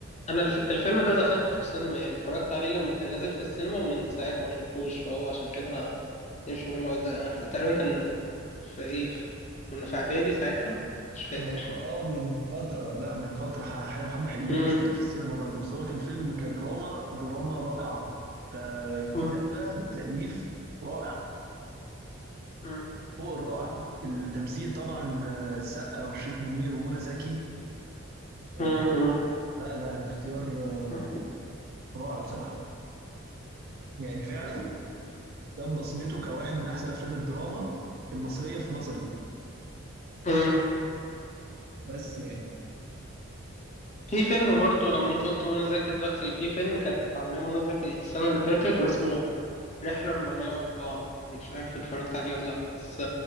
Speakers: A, on the left; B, on the right.
A: انا الف... الفيلم ده دخلته السينما يعني اتفرجت عليه لما كان نازل في السينما ومن ساعتها ما شفتوش فهو عشان كده مش الجامعة ده تقريبا كان في ايه في- كنا في اعدادي ساعتها مش فاكر
B: هو اه من فترة لا من فترة ح- حلو حبة حلوين
A: مم.
B: أنا شفته في السينما برضه بس هو كان فيلم كدراما دراما رائعة ككتابة
A: مم.
B: وتأليف رائع
A: مم.
B: فوق الرائع التمثيل طبعا آه، السقا والشريف منير ومنى زكي آه،
A: مم. مم.
B: لا لا الاختيار آه،
A: مم.
B: رائع بصراحة يعني فعلا ده بصمته كواحد من أحسن أفلام الدراما المصرية في نظري
A: مم.
B: بس يعني
A: في فيلم برضو لما انت قلت منى زكي دلوقتي في فيلم كانت عاملاه منى زكي السنة اللي فاتت اسمه رحلة 404 مش عارف اتفرجت عليه ولا لأ بس